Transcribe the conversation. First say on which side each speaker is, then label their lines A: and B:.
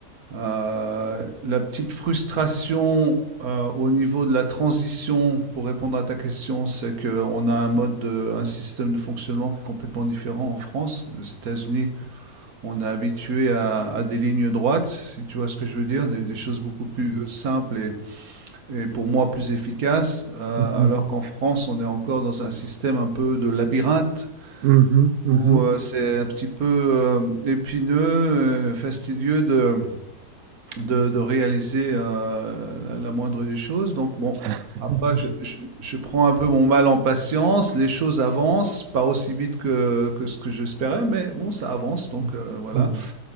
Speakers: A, on the right; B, on the right.
A: Euh, la petite frustration euh, au niveau de la transition, pour répondre à ta question, c'est qu'on a un mode, de, un système de fonctionnement qui est complètement différent en France. Aux États-Unis, on est habitué à, à des lignes droites, si tu vois ce que je veux dire, des, des choses beaucoup plus euh, simples et et pour moi plus efficace, euh,
B: mhm, mhm,
A: alors qu'en France, on est encore dans un système un peu de labyrinthe
B: mhm, mhm,
A: où
B: mhm.
A: euh, c'est un petit peu euh, épineux, euh, fastidieux de, de, de réaliser euh, la, la moindre des choses. Donc bon,
B: <laughs>
A: après, je, je- je prends un peu mon mal en patience, les choses avancent, pas aussi vite que, que ce que j'espérais, mais bon, ça avance, donc euh, voilà.
B: Mhm,